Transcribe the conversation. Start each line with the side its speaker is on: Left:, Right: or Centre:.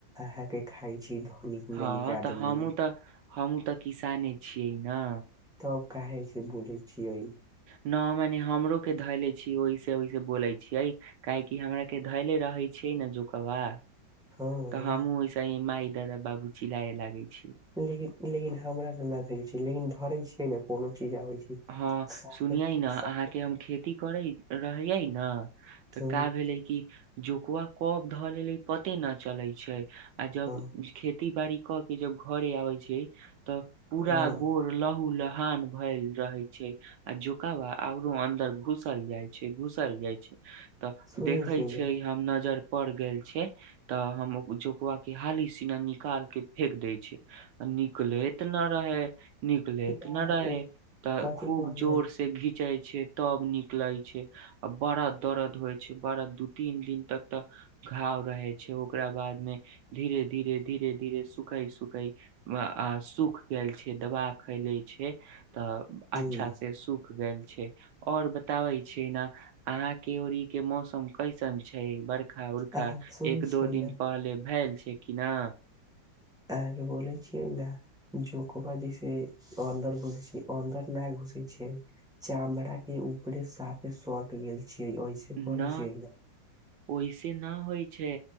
Centre: अहाँके खाय छै धनिक
Right: हँ
Centre: मणिक आदमी
Right: तऽ हमूँ तऽ हमूँ तऽ किसाने छियै ने
Centre: सब कहे से बोलइ छीय
Right: न मने हमरो के धैले छी वऐसे वैसे बोले छीये काहे कि हमरा के धैले रहे छी छै ने जोकबा
Centre: हँ
Right: तऽ हमूँ ओस मााय दादा बाबू चिलय लागे छी
Centre: लेकिन लेकिन हमरा तऽ न भेल छी लेकिन धरे छियै ने कोनो चीज आबै छै
Right: हँ
Centre: साफे
Right: सुनियै ने अहाँके
Centre: साफ
Right: हम खेती करै रहैयै ने तऽ
Centre: ह
Right: का भेलै कि जोकुआ कब धऽ लेले पते न चले छै आ जब
Centre: ह
Right: खेत खेती बाड़ी क के जब घरे आबे छै तऽ पूरा
Centre: ह
Right: गोर लहु लहान भल रहे छै आ जोकवा औरो अन्दर घुसल जाय छै घुसल जाय छै तऽ
Centre: सुनै
Right: देखै
Centre: छियै
Right: छै
Centre: ने
Right: हम नजर पड़ गेल छ तऽ हम जुक के हाली सिना निकाल के फेेक दै छै आ निकलैत न रहे निकलैत
Centre: या
Right: ना रहै
Centre: ओ
Right: तऽ
Centre: कथी
Right: खूब
Centre: कहले
Right: जोर से घी जाइ छै तब निक लागै छै आ बड़ा दरद होइ छै बड़ा दू तीन दिन तक तऽ घाव रहै छै ओकरा बादमे धीरे धीरे धीरे धीरे सुखै सुखै आ सूख गेल छै दवा खैलै छै तऽ अच्छा
Centre: हुं
Right: से सूख गेल छै आओर बताबे छै ने अहाँ के ओड़ी के मौसम कैसन छै छै बरखा उरखा
Centre: अहाँके सुनै
Right: एक
Centre: छियै
Right: दो दिन
Centre: ने
Right: पहले भेल छै किना
Centre: अहांके बोलय छिय ना जोक बाजी से अन्दर घुसे छी अन्दर नहि घ घुसे छय चामड़ा के ऊपरे साफे सट गेल जे ओहिसँ
Right: न
Centre: कोरय जे ने
Right: ओहिसे न होइ छै